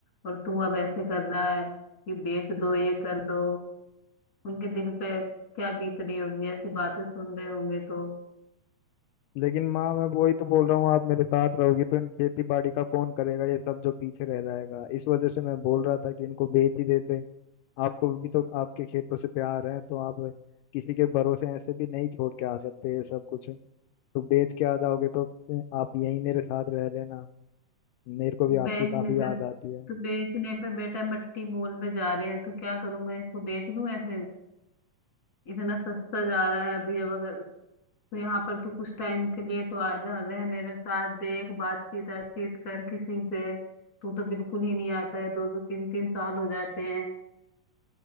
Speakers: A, on the left; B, on the left.
A: और तू अब ऐसे कर रहा है कि बेच दो ये कर दो उनके दिल पे क्या बीत रही होगी ऐसी बातें सुन रहे होंगे तो
B: लेकिन माँ मैं वही तो बोल रहा हूँ आप मेरे साथ रहोगी तो इन खेती बाड़ी का कौन करेगा ये सब जो पीछे रह जाएगा इस वजह से मैं बोल रहा था कि इनको बेच ही देते आपको भी तो आपके खेतों से प्यार है तो आप किसी के भरोसे ऐसे भी नहीं छोड़ के आ सकते ये सब कुछ तो बेच के आ जाओगे तो आप यहीं मेरे साथ रह लेना मेरे को भी आपकी
A: बेचने
B: काफी याद
A: पे
B: आती है
A: तो बेचने पे बेटा मट्टी मोल में जा रहे हैं तो क्या करूं मैं इसको बेच दूं ऐसे इतना सस्ता जा रहा है अभी अब अगर तो यहाँ पर तू कुछ टाइम के लिए तो आ जा रह मेरे साथ देख बातचीत बातचीत कर किसी से तू तो बिल्कुल ही नहीं आता है दो दो तीन तीन साल हो जाते हैं